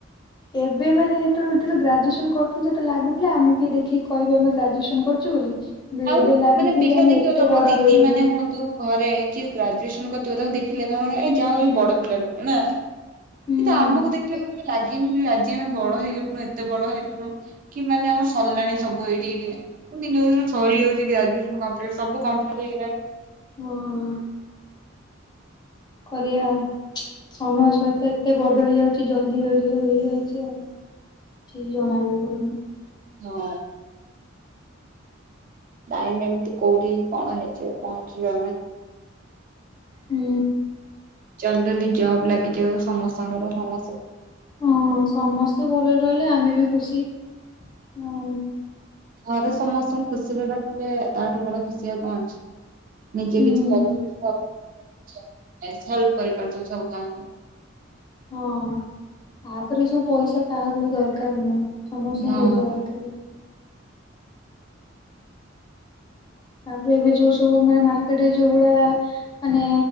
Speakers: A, on the left; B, on the right.
A: ଏବେ ମାନେ ଭିତରେ ଗ୍ରାଜୁଏସନ କରୁଥିଲି ସେତେ ଲାଗୁଥିଲା ଆମକୁ କିଏ ଦେଖି କହିବେ ଆମେ ଗ୍ରାଜୁଏସନ କରଚୁ ବୋଲି? କିନ୍ତୁ
B: ଆଉ
A: ଏବେ ଲାଗୁଛି
B: ମାନେ ପିଲା
A: କି ଆମେ
B: ଦେଖିବ
A: ଏତେ
B: ତମ
A: ବଡ
B: ଦିଦି
A: ହେଇଗଲୁ।
B: ମାନେ ହୁଅନ୍ତୁ ଘରେ କି ଗ୍ରାଜୁଏସନ କରି ତାକୁ ଦେଖିଲେ ତ ଏଇ ଯାହା ହଉ ବଡ ପିଲା ନା କିନ୍ତୁ
A: ହୁଁ।
B: ଆମକୁ ଦେଖିଲେ ମତେକାଇଁ ଲାଗେନି ବି ଆଜି ଆ ଆମେ ବଡ ହେଇଗଲୁୁ ଏତେ ବଡ ହେଇଗଲୁଣି, କି ମାନେ ଆମର ସରିଲଣି ସବୁ ଏଇଠି ଏଇଠ ଦିନ ଦିନ ସରିଯାଇଚି ଗ୍ରାଜୁଏସନ କମ୍ପିଲଟି ସବୁ କମ୍ପ୍ଲିଟ ହେଇଗଲାଣି।
A: ହଁ। କରିଆ ସମୟ ସହିତ ଏତେ ବଦଳି ଯାଉଚି ଜଲଦି ଜଲଦି ସବୁ ହେଇଯାଉଚି ଆଉ ଠିକ ଜଣା ବି ପଡୁନି।
B: ହଁ। ନାଇମ ଏମିତି କୋଉଠି କଣ ହେଇଯିବ ପହଞ୍ଚିବ ଆମେ
A: ହୁଁ।
B: ଚାଲ ଚାଲି ଜବ୍ ଲାଗିଯାଉ ସମସ୍ତଙ୍କର ସମ
A: ହଁ ସମସ୍ତେ ଭଲରେ ରହିଲେ ଆମେ ବି ଖୁସି। ଆ
B: ଘରେ ସମସ୍ତଙ୍କୁ ଖୁସିରେ ରଖିଲେ ତାଠୁ ବଡ ଖୁସି ଆଉ କଣ ଅଛି। ନିଜେ
A: ହୁଁ
B: ବି କିଛି କରୁଥିବୁ <unintelligible> ହେଲ୍ପ କରି ପାରୁଥିବୁ ସମସ୍ତଙ୍କର।
A: ହଁ ତାପରେ ସେ ପଇସା କାହାକୁ ବି ଦରକାର ନୁହେଁ। ସମସ୍ତ
B: ହଁ
A: ଙ୍କୁ ପଇସା ଦରକାର। ତାପରେ ଏବେ ଯୋଉ ସବୁ ମାନେ ମାର୍କେଟରେ ଯୋଉ ଭଳିଆ ମାନେ